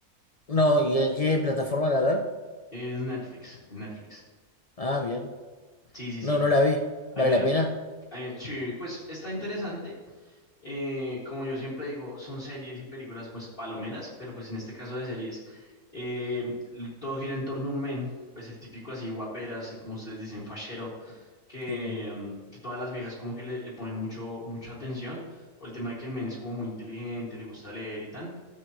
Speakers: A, on the left (about 60°); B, on the left (about 35°).
A: no, ¿y en qué plataforma la ver?
B: Es Netflix, en Netflix.
A: Ah, bien.
B: Sí, sí,
A: No,
B: sí.
A: no la vi.
B: Hay
A: ¿Vale
B: medio,
A: la pena?
B: eh, sí, pues está interesante. Eh, como yo siempre digo, son series y películas pues palomeras, pero pues en este caso de series, eh, todo gira en torno a un men, pues el típico así guaperas, eh, como ustedes dicen, fachero, que,
A: Sí,
B: mm, que todas las viejas como que le, le ponen mucho, mucha atención por el tema de que el men es como muy inteligente, le gusta leer y tal.